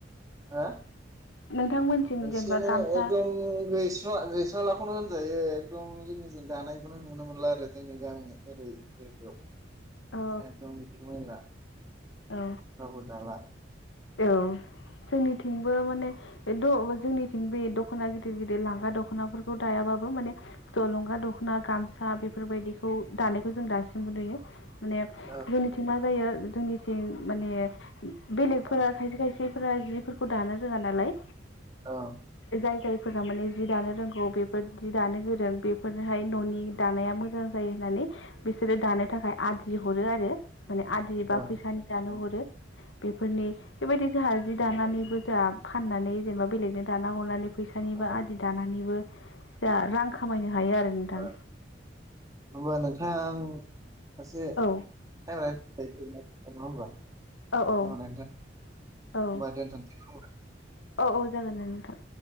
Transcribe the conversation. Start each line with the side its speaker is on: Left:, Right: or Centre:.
Right: हो
Left: नोंथांमोनथिं
Right: एसे
Left: जेनेबा
Right: एकदम
Left: गामसा
Right: गै गैस्रालाखौनो होनजायो एकदम जोंनि दानायखौनो नुनो मोनला आरो जोंनि गामि ओरै <unintelligible>
Left: औ
Right: एकदम बिदिखौ मोनला
Left: औ
Right: रावबो दाला
Left: औ जोंनिथि बो माने बे द जोंनिथिं बे दखना गिदिर गिदिर लांग्रा दखनाफोर दायाबाबो माने जलंगा दखना गामसा बेफोरबायदिखौ दानायखौ जों दासिमबो नुयो। माने
Right: औ
Left: जोंनिथिं मा जायो जोंनिथिं माने बेलेगफोरा
Right: औ
Left: खायसे खायसे फोर जिफोरखौ दानो रोङा नालाय
Right: औ
Left: जाय जाय फोर माने जि दानो रोंगौ बेफोर जि दानो गोरों बेफोरनोहाय ननि दानाया मोजां जायो होननानै बिसोरो दानो थाखाय आदि हरो आरो माने आदि बा
Right: औ
Left: फैसानि दानो
Right: औ
Left: हरो बेफोरनि बेबादि दि जोंहा जि दानानैबो जोंहा फाननानै जेनेबा बेलेगनो दाना हरनानै फैसानि
Right: औ
Left: बा आदि दानानैबो जा रां खामायनो हायो आरो नोंथां
Right: ओ होमबा नोंथां सासे
Left: औ
Right: टाइम <unintelligible> नङा होमबा?
Left: औ औ
Right: <unintelligible> होमबा
Left: औ
Right: दोनथनसै खोमा?
Left: औ औ जागोन जागोन नोंथां।